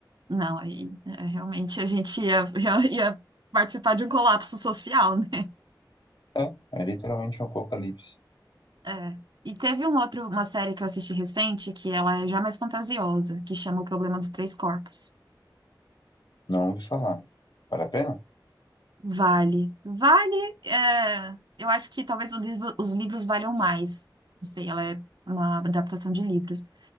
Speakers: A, on the right (about 70°); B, on the left (about 65°).
A: Não, aí é, realmente a gente ia, <laughs> ia, participar de um colapso social, né?
B: É, é literalmente um apocalipse.
A: É. E teve um outro, uma série que eu assisti recente, que ela é já mais fantasiosa, que chama O Problema dos Três Corpos.
B: Não ouvi falar. Vale a pena?
A: Vale. Vale, é, eu acho que talvez o livro- os livros valham mais. Não sei, ela é uma adaptação de livros.